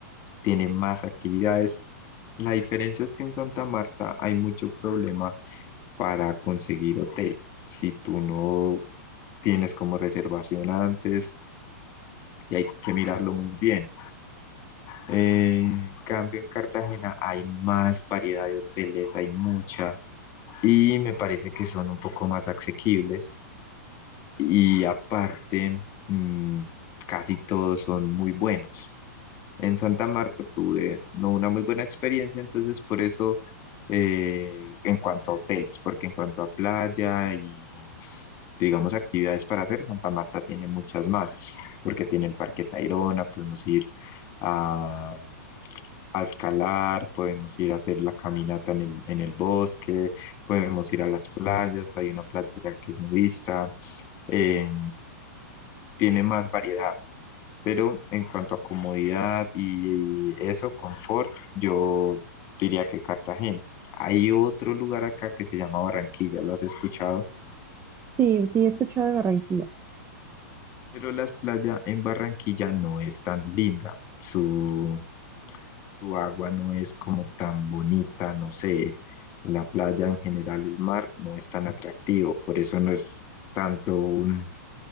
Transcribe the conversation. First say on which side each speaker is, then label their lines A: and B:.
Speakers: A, on the left (about 35°); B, on the right (about 20°).
A: tiene más actividades. La diferencia es que en Santa Marta hay mucho problema para conseguir hotel. Si tú no tienes como reservación antes y hay que mirarlo muy bien. Eh, En cambio, en Cartagena hay más variedad de hoteles, hay mucha y me parece que son un poco más asequibles y aparte mm, casi todos son muy buenos. En Santa Marta tuve no una muy buena experiencia, entonces por eso eh, en cuanto a hoteles, porque en cuanto a playa y digamos actividades para hacer, Santa Marta tiene muchas más, porque tiene el Parque Tayrona, podemos ir a a escalar, podemos ir a hacer la caminata en el, en el bosque, podemos ir a las playas, hay una playa que es nudista, eh, tiene más variedad, pero en cuanto a comodidad y eso, confort, yo diría que Cartagena. Hay otro lugar acá que se llama Barranquilla, ¿lo has escuchado?
B: Sí, sí, he escuchado de Barranquilla.
A: Pero las playas en Barranquilla no es tan linda. Su, su agua no es como tan bonita, no sé, la playa en general, el mar no es tan atractivo, por eso no es tanto un,